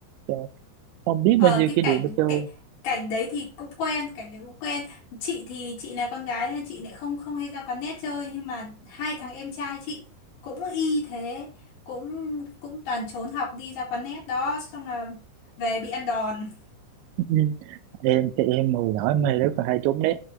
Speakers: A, on the right; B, on the left.
A: trời, không biết
B: Ờ,
A: bao nhiêu
B: cái
A: kỷ
B: cảnh
A: niệm để chơi
B: cái, cảnh đấy thì cũng quen, cảnh đấy cũng quen. Chị thì chị là con gái nên chị lại không không hay ra quán net chơi nhưng mà hai thằng em trai chị cũng y thế, cũng cũng toàn trốn học đi ra quán net đó xong là về bị ăn đòn. <laughs>
A: Ừ. em thì em hồi nhỏ em hay rất là hay trốn nét